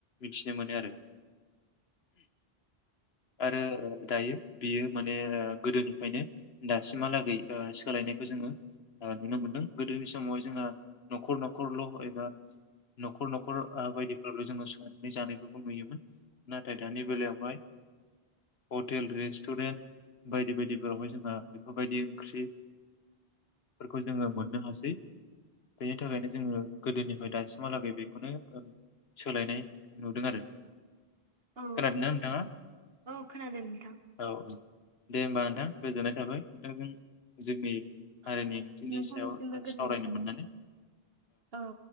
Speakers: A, on the left; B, on the right.
A: मिथिनो मोनो आरो <inaudible> आरो दायो बियो माने गोदोनिफ्रायनो दासिमहालागै सोलायनायखौ जोङो नुनो मोनदों गोदोनि समाव जोंहा न'खर न'खरल' एबा न'खर न'खर ओ बायदिफ्राल' जोङो संनाय जानायखौ नुयोमोन नाथाय दानि बेलायावहाय हटेल रेस्टुरेन्ट बायदि बायदिफोरावहाय जोंहा बेफोरबायदि ओंख्रि फोर खौ जोङो मोननो हासै बेनि थाखायनो जोङो गोदोनिफ्राय दासि हालागै बेखौनो सोलायनाय नुदों आरो
B: औ
A: खोनादोंना नोंथाङा
B: औ खोनादों नोंथां
A: औ दे होमबा नोंथां गोजोननाय थाबाय नोंथांजों जोंनि हारिनि
B: ओ औ
A: ओंख्रिनि
B: नोंथांनिसिमबो
A: सायाव
B: गोजोननाय
A: सावरायनो
B: थाबाय
A: मोननानै
B: औ